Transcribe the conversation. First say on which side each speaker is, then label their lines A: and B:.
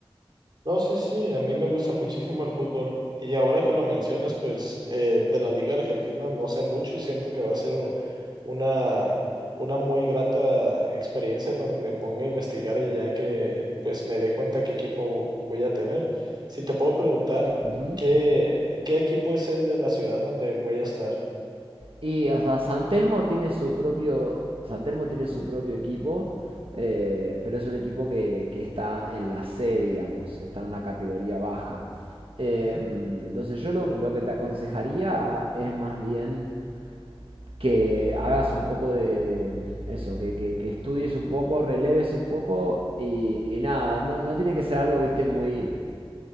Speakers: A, on the right; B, on the right.
A: No, sí, sí, a mí me gusta muchísimo el fútbol. Y ahora que lo mencionas, pues eh, de la Liga Argentina no sé mucho, siento que va a ser u- una, una muy grata experiencia cuando me ponga a investigar y ya que pues me dé cuenta qué equipo voy a tener. Si te puedo preguntar,
B: Ujú.
A: ¿qué, qué equipo es el de la ciudad donde voy a estar?
B: Y, o sea, San Telmo tiene su propio. San Telmo tiene su propio equipo. eh, pero es un equipo que, que está en la C, digamos. Está en una categoría baja. Eh,
A: Ujú,
B: entonces, yo lo, lo que te aconsejaría es más bien que hagas un poco de eso, que, que- que estudies un poco, releves un poco y, y nada, no, no tiene que ser algo, viste, muy